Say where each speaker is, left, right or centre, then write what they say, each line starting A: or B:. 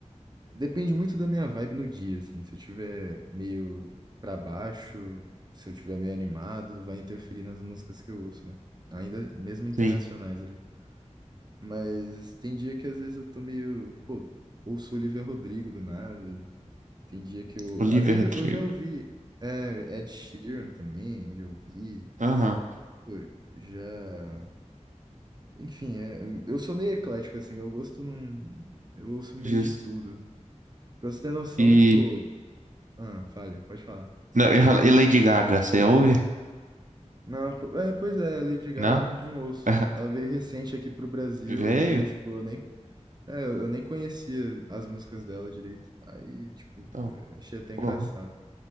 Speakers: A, on the right; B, on the right.
A: Depende muito da minha vibe no dia, assim. Se eu tiver meio pra baixo, se eu tiver meio animado, vai interferir nas músicas que eu ouço, né? Ainda mesmo internacionais
B: sim.
A: ali. Mas tem dia que às vezes eu tô meio. Pô, ouço Olivia Rodrigo do nada. Tem dia que eu.
B: Olivia
A: Às vezes
B: Rodrigo.
A: eu já ouvi é, Ed Sheeran também, já ouvi.
B: Aham,
A: Pô, Já. Enfim, é- eu sou meio eclético, assim, meu gosto não. Eu ouço meio
B: justo.
A: de tudo. Pra você ter noção,
B: E.
A: tipo. Ah, falha, pode falar.
B: Não, e Lady Gaga, você ouve?
A: Não, po- é, pois é, Lady Gaga
B: Não?
A: eu não, não ouço.
B: <laughs>
A: Ela veio recente aqui pro Brasil
B: Veio.
A: e, tipo, eu nem. É, eu eu nem conhecia as músicas dela direito. Aí, tipo,
B: Então,
A: é, achei até
B: porra.
A: engraçado.